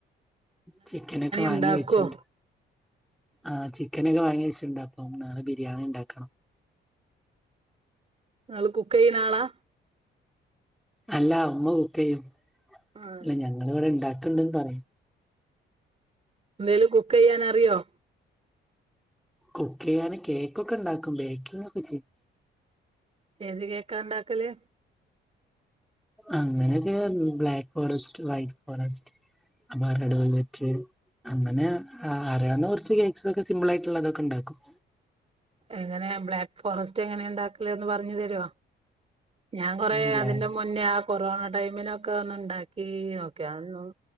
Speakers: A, in the centre; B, on the right.
A: ചിക്കനൊക്കെ വാങ്ങി
B: ഉണ്ടാക്കുവോ
A: വെച്ചിണ്ട് ആ ചിക്കൻ ഒക്കെ വാങ്ങിവെച്ച്ണ്ട് അപ്പൊ നാളെ ബിരിയാണി ഉണ്ടാക്കണം
B: നിങ്ങൾ കുക്ക് ചെയ്യുന്ന ആളാ
A: അല്ല ഉമ്മ കുക്ക് ചെയ്യും
B: ആഹ്
A: അല്ല ഞങ്ങൾ ഇവിടെ ഇണ്ടാക്കണ്ടന്ന് പറയാ
B: എന്തേലും കുക്ക് ചെയ്യാൻ അറിയോ
A: കുക്ക് ചെയ്യാന് കേക്കൊക്കെ ഇണ്ടാക്കും ബേക്കിങ് ഒക്കെ ചെയ്യും
B: ഏത് കേക്കാ ഇണ്ടാക്കല്
A: അങ്ങനെയൊക്കെ ബ്ലാക്ക് ഫോറസ്റ്റ് വൈറ്റ് ഫോറസ്റ്റ് അപ്പൊ അരടോ ലറ്റ് അങ്ങനെ അറിയാവുന്ന കുറച്ച് കേക്സൊക്കെ സിമ്പിൾ ആയിട്ടുള്ള തൊക്കെ ഇണ്ടാക്കും.
B: എങ്ങനെയാ ബ്ലാക്ക് ഫോറസ്റ്റ് എങ്ങനെ ഉണ്ടാക്കലെന്ന് പറഞ്ഞു തരോ ഞാൻ കൊറേ
A: ആഹ്
B: അതിന്റെ മുന്നേ ആ കൊറോണ ടൈമിനൊക്കെ ഒന്ന് ഉണ്ടാക്കി നോക്കി അതൊന്നും